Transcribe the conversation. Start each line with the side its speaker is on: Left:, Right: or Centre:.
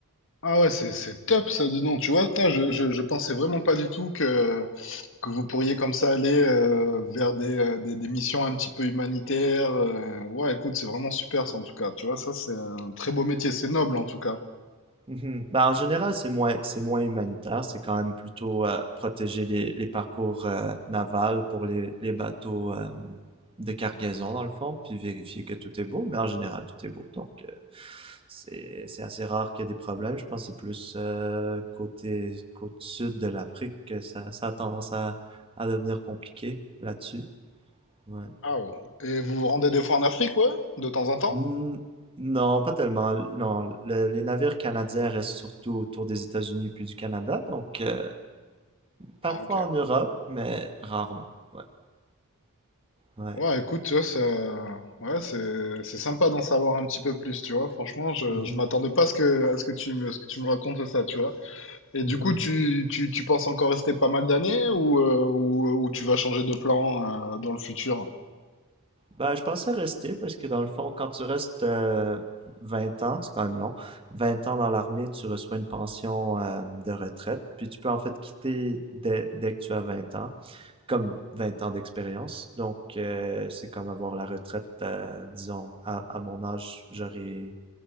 Left: Ah ouais, c'est, c'est top ça, dis donc. Tu vois, putain, je, je, je pensais vraiment pas du tout que, que vous pourriez comme ça aller euh, vers des, euh, des, des missions un petit peu humanitaires. euh. Ouais, écoute, c'est vraiment super ça en tout cas. Tu vois, ça c'est un très beau métier, c'est noble en tout cas.
Right: Mhm. Ben, en général, c'est moins, c'est moins humanitaire. C'est quand même plutôt euh, protéger les, les parcours euh, navals pour les, les bateaux euh, de cargaison, dans le fond, puis vérifier que tout est beau. Mais en général, tout est beau. Donc, euh, c'est, c'est assez rare qu'il y ait des problèmes. Je pense que c'est plus euh, côté côte sud de l'Afrique que ça, ça a tendance à, à devenir compliqué là-dessus. Ouais.
Left: Ah ouais. Et vous vous rendez des fois en Afrique, ouais, de temps en temps?
Right: Hmm, Non, pas tellement. Non, le- les navires canadiens restent surtout autour des États-Unis puis du Canada, donc euh, Parfois
Left: Ah ok.
Right: en Europe, mais rarement. Ouais, ouais.
Left: Ouais, écoute, tu vois, ça, ouais, c'est, c'est sympa d'en savoir un petit peu plus, tu vois. Franchement, je,
Right: Mhm,
Left: je m'attendais pas à ce que, à ce que tu me, à ce que tu me racontes ça, tu vois. Et
Right: mhm.
Left: du coup, tu, tu, tu penses encore rester pas mal d'années ou, euh, ou, ou tu vas changer de plan euh, dans le futur?
Right: Ben, je pensais rester parce que dans le fond, quand tu restes euh, 20 ans, c'est quand même long, 20 ans dans l'armée, tu reçois une pension euh, de retraite, puis tu peux en fait quitter dès, dès que tu as 20 ans, comme 20 ans d'expérience. Donc, euh, c'est comme avoir la retraite, euh, disons, à, à mon âge, j'aurais